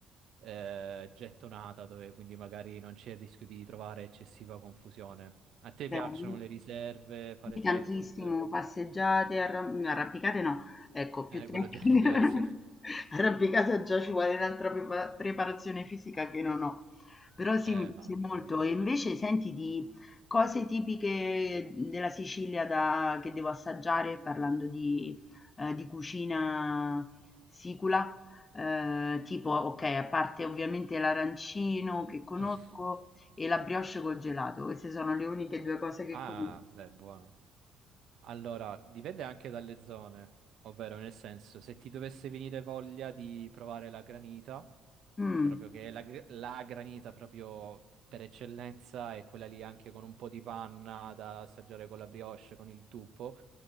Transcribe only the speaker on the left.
bene.
Sì,
tantissimo, passeggiate, arram- no, arrampicate no, ecco, più
tecnica.
<laughs>
Arrampicata già ci vuole un'altra prepa- preparazione fisica che non ho. Però sì,
mi piace
molto.
E invece senti di cose tipiche della Sicilia da- che devo assaggiare, parlando di, eh, di cucina sicula, eh, tipo, ok, a parte ovviamente l'arancino che conosco
e la brioche col gelato, queste sono le uniche due cose che
conosco.
Mh.